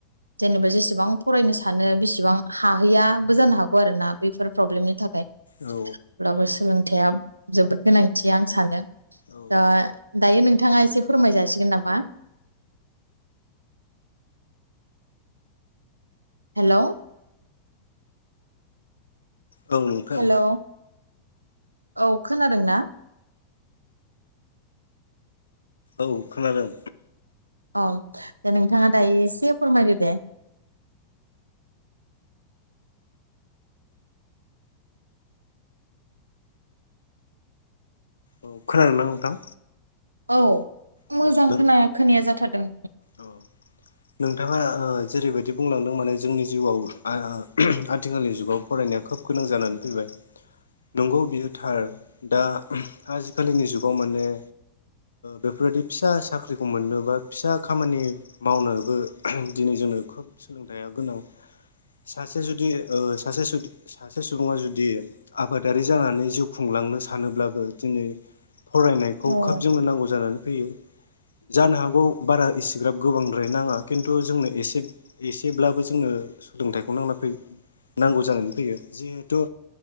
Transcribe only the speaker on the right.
जेनेबा जेसेबां फरायनो सानो बेसेबां। हाहैयाबो जानो हागौ आरो ना बेफोर प्रब्लेमनि थाखाय।
अब्लाबो सोलोंथाइया जोबोद गोनांथि आं सानो।
द दायो नोंथाङा एसे फोरमाय जासिगोन नामा। हेलौ।
हेलौ औ खोनादों ना।
औ दे नोंथाङा दायो एसे फोरमायदो दे।
औ
मोजां
खोनाया खोनाया जाथारदों
औ-औ-औ